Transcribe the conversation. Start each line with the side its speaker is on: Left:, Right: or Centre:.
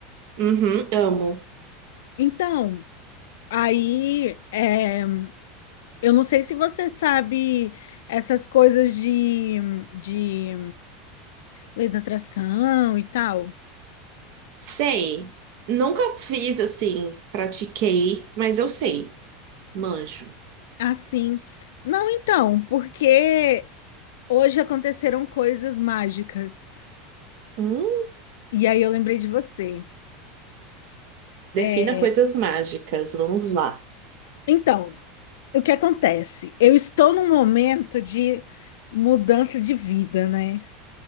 Right: Uhum, amo.
Left: Então, aí, é, eu não sei se você sabe essas coisas de de Lei da atração e tal.
Right: Sei. Nunca fiz assim, pratiquei, mas eu sei. Manjo.
Left: Assim. Não, então, porque hoje aconteceram coisas mágicas.
Right: Hum,
Left: E aí eu lembrei de você.
Right: defina
Left: É,
Right: coisas mágicas, vamos lá.
Left: então, o que acontece? Eu estou num momento de mudança de vida, né?